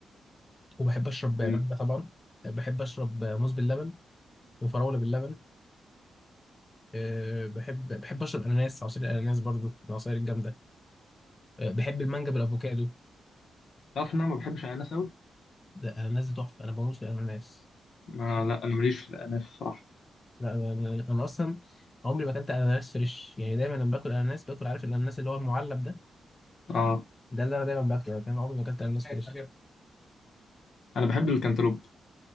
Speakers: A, on the left; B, on the left.
A: وبحب اشرب
B: م.
A: مانجا طبعا بحب اشرب موز باللبن وفراوله باللبن أه بحب بحب اشرب اناناس عصير الاناناس برضو من العصاير الجامده أه بحب المانجا بالافوكادو
B: تعرف ان انا ما بحبش الاناناس قوي
A: ده الاناناس دي تحفه انا بموت في الاناناس
B: آه لا انا ماليش في الاناناس الصراحه
A: لا انا انا أنا اصلا عمري ما اكلت اناناس فريش يعني دايما لما باكل اناناس باكل عارف الاناناس اللي هو المعلب ده
B: اه
A: ده اللي انا دايما باكله لكن انا عمري ما اكلت اناناس عارف فريش حاجة
B: انا بحب الكنتالوب